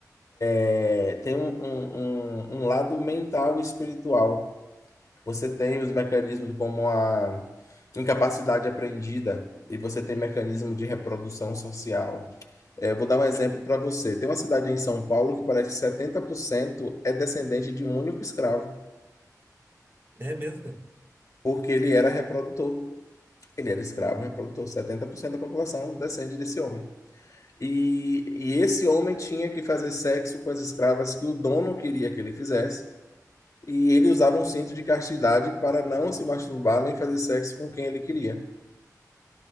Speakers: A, on the left; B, on the right.
A: é, tem um, um, um, um lado mental e espiritual. Você tem os mecanismos como a incapacidade aprendida e você tem mecanismo de reprodução social. É, eu vou dar um exemplo para você. Tem uma cidade em São Paulo que parece que 70% é descendente de um único escravo.
B: é mesmo, cara?
A: porque ele era reprodutor. Ele era escravo,
B: Uhum.
A: reprodutor. setenta por cento da população descende desse homem. E, e esse homem tinha que fazer sexo com as escravas que o dono queria que ele fizesse. E ele usava um cinto de castidade para não se masturbar nem fazer sexo com quem ele queria.